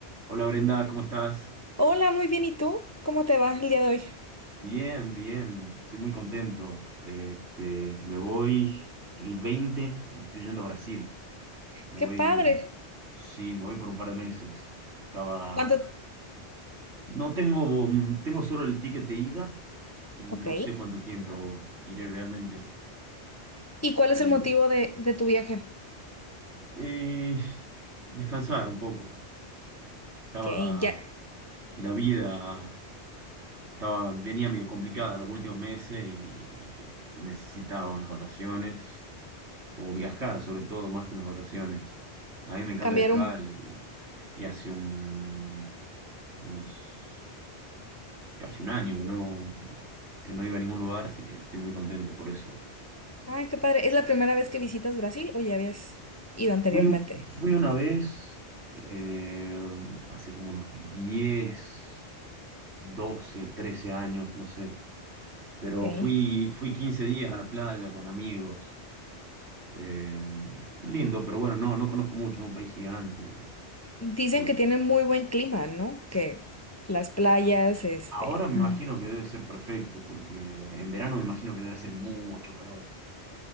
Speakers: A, on the right; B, on the left.
A: Hola Brenda, ¿cómo estás?
B: Hola, muy bien. ¿Y tú? ¿Cómo te vas el día de hoy?
A: Bien, bien, estoy muy contento. Este, me voy el 20. me estoy yendo a Brasil. Me
B: ¡Qué
A: voy,
B: padre!
A: sí, me voy por un par de meses. Estaba,
B: ¿Cuánto?
A: no tengo, mm, tengo solo el ticket de ida y
B: Ok.
A: no sé cuánto tiempo iré realmente.
B: ¿Y cuál es
A: Eh,
B: el motivo de, de tu viaje?
A: eh, descansar un poco. Estaba,
B: Ok, ya
A: la vida estaba, venía medio complicada los últimos meses y necesitaba unas vacaciones. O viajar, sobre todo, más que unas vacaciones. A mí me encanta
B: cambiaron.
A: viajar y, y hace un, unos, casi un año que no, que no iba a ningún lugar, así que estoy muy contento por eso.
B: Ay, qué padre. ¿Es la primera vez que visitas Brasil o ya habías ido anteriormente?
A: Fui, un- fui una vez, eh, hace como unos 10 12 13 años, no sé, pero
B: Ok.
A: fui, fui 15 días a la playa con amigos. Eh, lindo, pero bueno, no, no conozco mucho, es un país gigante. y,
B: Dicen
A: bueno,
B: que tiene muy buen clima, ¿no? Que las playas, este...
A: Ahora me
B: mm.
A: imagino que debe ser perfecto, porque en verano me imagino que debe hacer mucho calor.